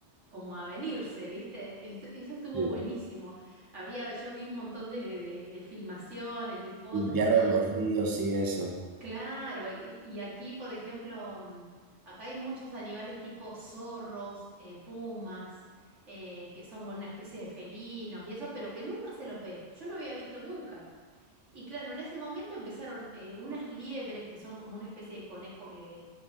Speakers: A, on the right; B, on the right.
A: como a venirse, ¿viste? Es- eso estuvo
B: Sí.
A: buenísimo. Había, yo vi un montón de, de- de filmaciones y fotos
B: Limpiaron
A: y todo
B: los ríos y eso,
A: Claro, y, y aquí, por ejemplo, mm, acá hay muchos animales tipo zorros, eh, pumas, eh, que son una especie de felinos y eso, pero que nunca se los ve. Yo no había visto nunca. Y claro, en ese momento empezaron eh, unas liebres que son como una especie de conejo que,